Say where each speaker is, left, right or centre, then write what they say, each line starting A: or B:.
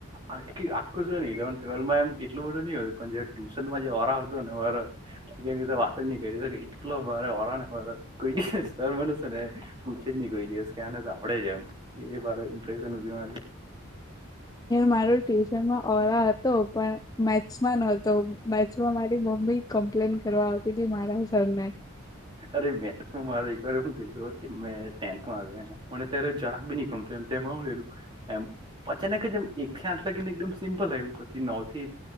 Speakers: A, on the right; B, on the left.
A: આખી આખું છે ને ઇલેવનથ ટ્વેલ્ માં એમ એટલું બધું નહં હતું પણ જે ટ્યુશનમાં જે ઓરા આવતું ને મા ક્યા રીતે વાતો જ નહીં કરી શકે એટલો મારે ઓળ ને મારો કોઈ સર મને છે ને પૂછ કોઈ દિવસ કેને તો આવડે છે એમ એ વા ઇમ્પ્રેશન મારી
B: માર ટ્યુશન માં ઓરા તો પણ મેચસમાં નતો મેચસમાં મારી મમ્બી કમ્પ્લેન કરવા આવતી હતી મારા સરને
A: અરે મેથ્સ મા મારે એક વાર હું થયું ખબર કે મે ટેન્થ મેં આવ્યો મને ત્યારે જાન <unintelligible> એમ અચાનક એમ એકથી આઠ લાગીને એકમ સિમ્પલ આવ્યું પછી નવ